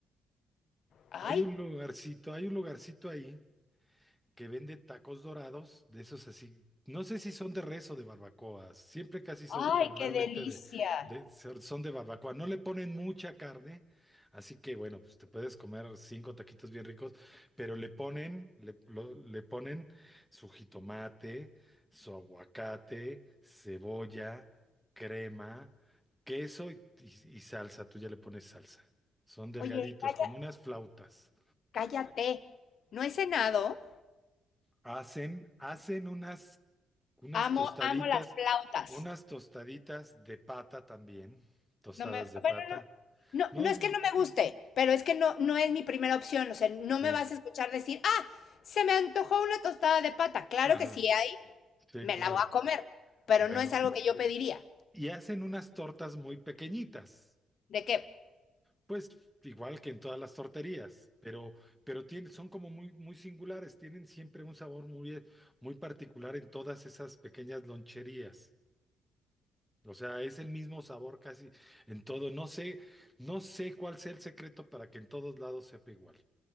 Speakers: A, on the left; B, in the centre.
A: ay,
B: hay un lugarcito, hay un lugarcito ahí que vende tacos dorados, de esos así. No sé si son de res o de barbacoas. Siempre casi son
A: ay,
B: regularmente
A: qué delicia.
B: de, de- son de barbacoa. No le ponen mucha carne, así que bueno, pues te puedes comer cinco taquitos bien ricos, pero le ponen, le, lo- le ponen su jitomate, su aguacate, cebolla, crema, queso y, y y salsa. Tú ya le pones salsa. Son delgaditos,
A: Oye, calla-
B: como unas flautas.
A: cállate, no he cenado,
B: Hacen, hacen unas Unas
A: amo,
B: tostaditas,
A: amo las flautas.
B: unas tostaditas de pata también, tostadas
A: No me,
B: de
A: bueno,
B: pata.
A: no, no,
B: No,
A: no es que no me guste, pero es que no, no es mi primera opción. O sea, no
B: sí,
A: me vas a escuchar decir, ah, se me antojó una tostada de pata. Claro
B: ajá,
A: que si hay,
B: sí,
A: me
B: claro.
A: la voy a comer, pero
B: Bueno,
A: no es algo que yo pediría.
B: y hacen unas tortas muy pequeñitas,
A: ¿De qué?
B: pues igual que en todas las torterías, pero, pero tienen, son como muy, muy singulares, tienen siempre un sabor muy, muy particular en todas esas pequeñas loncherías. O sea, es el mismo sabor casi en todo. No sé, no sé cuál sea el secreto para que en todos lados sepa igual.